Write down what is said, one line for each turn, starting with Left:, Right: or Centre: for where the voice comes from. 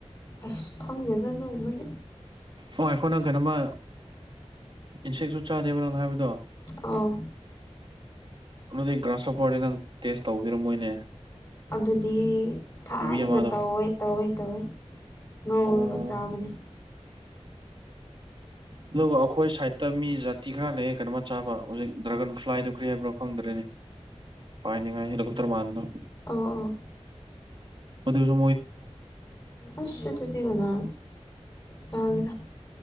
Left: ꯑꯁ ꯊꯥꯎꯪꯗꯦꯗ ꯑꯗꯨꯣ ꯃꯅꯤ
Right: ꯑꯣ ꯑꯩꯈꯣ ꯅꯪ ꯀꯩꯅꯣꯝꯃ ꯏꯟꯁꯦꯛꯁꯨ ꯆꯥꯗꯦꯕ ꯅꯪ ꯍꯥꯏꯕꯗꯣ
Left: ꯑꯥꯎ
Right: ꯑꯗꯨꯗꯤ ꯒ꯭ꯔꯥꯁꯣꯄꯔꯗꯤ ꯅꯪ ꯇꯦꯁ ꯇꯧꯈꯤꯔꯝ ꯃꯣꯏꯅꯦ
Left: ꯑꯗꯨꯗꯤ ꯊꯥꯏꯅ
Right: ꯑꯃꯗꯣ
Left: ꯇꯧꯋꯦ ꯇꯧꯋꯦ ꯇꯧꯋꯦ ꯉꯧꯔꯒ
Right: ꯑꯣ
Left: ꯆꯥꯕꯅꯦ
Right: ꯑꯗꯨꯒ ꯑꯩꯈꯣꯏ ꯁꯥꯏꯗꯠꯇ ꯃꯤ ꯖꯥꯇꯤ ꯈꯔ ꯂꯩ ꯀꯩꯅꯣꯃ ꯆꯥꯕ ꯍꯧꯖꯤꯛ ꯗ꯭ꯔꯥꯒꯟ ꯐ꯭ꯂꯥꯏꯗꯨꯣ ꯀ꯭ꯔꯤ ꯍꯥꯏꯕ꯭ꯔꯣ ꯐꯪꯗ꯭ꯔꯤꯅꯦ ꯄꯥꯏꯅꯤꯉꯥꯏ ꯍꯦꯂꯤꯀꯣꯞꯇꯔ ꯃꯥꯟꯗꯣ
Left: ꯑ ꯑ
Right: ꯃꯁꯨ
Left: ꯑꯁ ꯑꯗꯨꯗꯤꯤꯒꯅꯥ ꯆꯒꯦꯔ